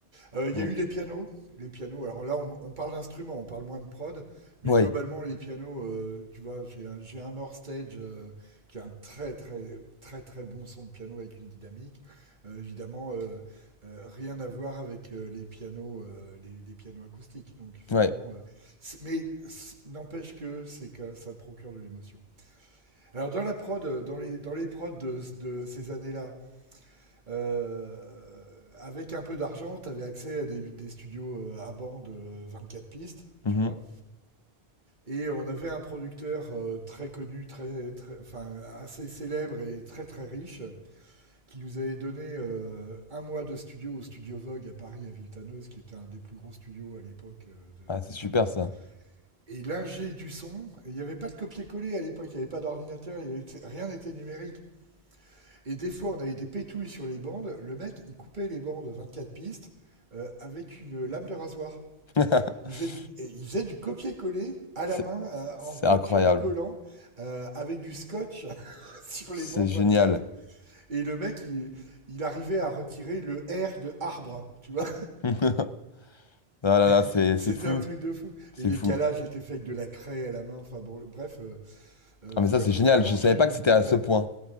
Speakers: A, on the right; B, on the left.
A: Euh, Il
B: Mm.
A: euh, y a eu les pianos. Les pianos, alors là, on, on parle d'instruments, on parle moins de prod, mais
B: Ouais,
A: globalement, les pianos, euh, tu vois, j'ai un, j'ai un North Stage euh, qui a un très, très, très, très bon son de piano avec une dynamique. Euh, évidemment, euh, euh, rien à voir avec euh, les pianos, euh, les, les, pianos acoustiques. Donc, effectivement,
B: ouais.
A: euh, c'est- mais c'est- n'empêche que c'est que ça te procure de l'émotion. Alors, dans la prod, euh, dans les, dans les prods de, de ces années-là, euh, avec un peu d'argent, tu avais accès à des, des studios euh, à bande 24 pistes,
B: Mhm.
A: tu vois. Et on avait un producteur euh, très connu, très, très, enfin, assez célèbre et très très riche, qui nous avait donné euh, un mois de studio au Studio Vogue à Paris, à Villetaneuse, qui était un des plus gros studios à l'époque euh,
B: Ah, c'est
A: de, de Paris.
B: super ça.
A: Et l'ingé du son, il n'y avait pas de copier-coller à l'époque, il n'y avait pas d'ordinateur, il y avait, rien n'était numérique. Et des fois, on avait des pétouilles sur les bandes. Le mec, il coupait les bandes 24 pistes euh, avec une lame de rasoir.
B: <laughs>
A: Il faisait du, et il faisait du copier-coller à
B: C'est
A: la main, euh,
B: c'est
A: en copiant,
B: incroyable.
A: collant, euh, avec du scotch <laughs> sur
B: C'est
A: les bandes
B: génial.
A: 24. Et le mec, il, il arrivait à retirer le R de arbre, tu vois.
B: <laughs> Ah là là,
A: <laughs>
B: c'est
A: C'était
B: c'est fou.
A: un truc de fou.
B: C'est
A: Et les
B: fou.
A: calages étaient faits avec de la craie à la main. Enfin bon, bref, euh, euh,
B: Ah
A: vra-
B: mais ça, c'est génial.
A: vraiment,
B: Je savais
A: j'ai eu...
B: pas que c'était à
A: Ouais.
B: ce point.